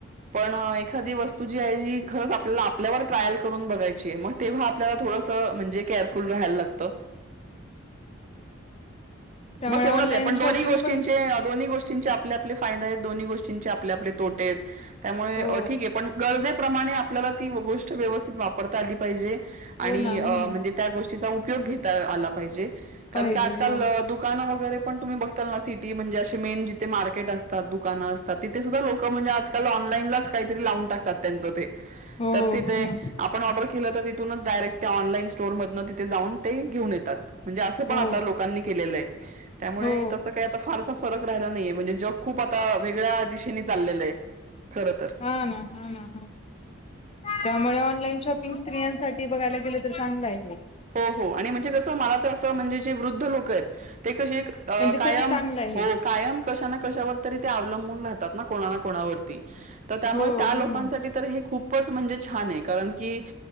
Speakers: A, on the right; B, on the left.
A: पण एखादी वस्तू जी आहे जी खरंच आपल्याला आपल्यावर ट्रायल करून बघायची मग तेव्हा आपल्याला थोडस म्हणजे केअरफुल राहायला लागत.
B: त्यामुळे
A: बस एवढंच
B: ऑनलाईन
A: आहे पण दोन्ही
B: शॉपिंग
A: गोष्टींचे
B: पण
A: दोन्ही गोष्टींचे आपले, आपले फायदे आहेत दोन्ही गोष्टींचे आपले, आपले तोटे आहेत त्यामुळे
B: हो
A: ठीक आहे पण गरजेप्रमाणे ती गोष्ट व्यवस्थित वापरता आली पाहिजे
B: हो
A: आणि
B: ना
A: म्हणजे
B: हो ना
A: त्या गोष्टीचा उपयोग घेता आला पाहिजे कारण
B: पाहिजे
A: कि आज
B: हो
A: काल दुकान वैरे पण तुम्ही बघता ना सिटी म्हणजे जिथे मार्केट असत दुकानं असात. तिथे सुद्धा लोक म्हणजे आजकाल ऑनलाईनलाच काहीतरी लावून टाकतात त्यांच ते
B: हो
A: तर तिथे
B: हो ना
A: आपण ऑर्डर केलं तर तिथूनच डायरेक्ट त्या ऑनलाईन स्टोर मधनं तिथे जाऊ ते घेवुन येतात. म्हणजे असं
B: हो
A: पण आता लोकांनी केलेलं आहे त्यामुळे
B: हो
A: तसं काही आता फारसा फरक राहिला नाहीये म्हणजे जग खूप आता वेगळ्या दिशेने चाललेलं आहे खर तर.
B: हा ना हा ना ह त्यामुळे ऑनलाईन शॉपिंग स्त्रियांसाठी बघायला गेले तर चांगलं आहे हे.
A: हो हो आणि म्हणजे कसं मला तर असं म्हणजे जे वृद्ध लोक आहेत ते कसे एक अ
B: त्यांच्यासाठी
A: कायम
B: चांगलं आहे
A: होक
B: हे.
A: कायम कशा ना कशावर तरी ते अवलंबून राहतात ना कोणा ना कोणावरती. तर त्यामुळे
B: हो
A: त्या
B: हो
A: लोकांसाठी
B: ना.
A: तर हे खूपच म्हणजे छान आहे कारण की